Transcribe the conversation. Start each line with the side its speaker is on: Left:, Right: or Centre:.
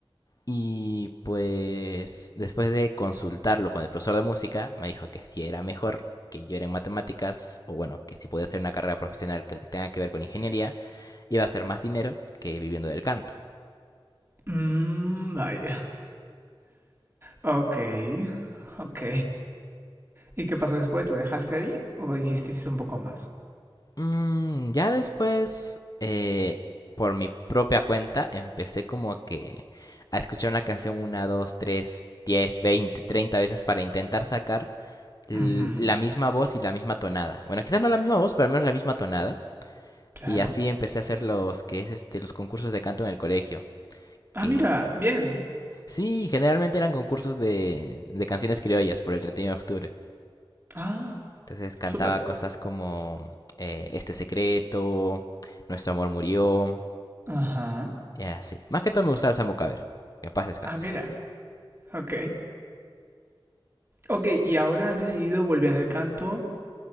Left: Y pues después de consultarlo con el profesor de música, me dijo que si era mejor que yo era en matemáticas, o bueno, que si podía hacer una carrera profesional que tenga que ver con ingeniería, iba a ser más dinero que viviendo del canto.
Right: Mm, vaya. Ok, ok. ¿Y qué pasó después? ¿Lo dejaste ahí o hiciste un poco más?
Left: Mm, ya después, eh, por mi propia cuenta, empecé como que a escuchar una canción una, dos, tres, diez, veinte, treinta veces para intentar sacar l-
Right: Ujú,
Left: la misma voz y la misma tonada. Bueno, quizás no la misma voz, pero al menos la misma tonada.
Right: Claro.
Left: Y así empecé a hacer los que es este, los concursos de canto en el colegio.
Right: Ah,
Left: Que
Right: mira, bien.
Left: sí, generalmente eran concursos de, de canciones criollas por el 31 de octubre.
Right: Ah,
Left: Entonces cantaba
Right: súper.
Left: cosas como eh, Este secreto, Nuestro amor murió,
Right: Ajá.
Left: y así. Más que todo me gustaba el Sambo Cabero, que en paz descanse.
Right: Ah, mira, ok. Ok, ¿y ahora has decidido volver al canto